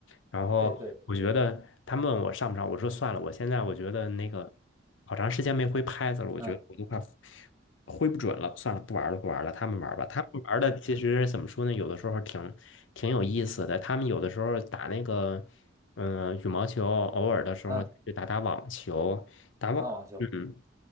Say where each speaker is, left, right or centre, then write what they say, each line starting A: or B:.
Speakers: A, on the left; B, on the right.
A: 然后我觉得他们问我上不上，
B: 对对。
A: 我说算了，我现在我觉得那个好长时间没挥拍子了，
B: 对，
A: 我觉得我都快
B: 嗯
A: 挥不准了，算了，不玩了，不玩了，他们玩吧。他们玩的其实怎么说呢？有的时候挺挺有意思的。他们有的时候打那个，嗯、羽毛球，偶尔的时候就打打网球，
B: 嗯
A: 打网，
B: 啊，网球，
A: 嗯，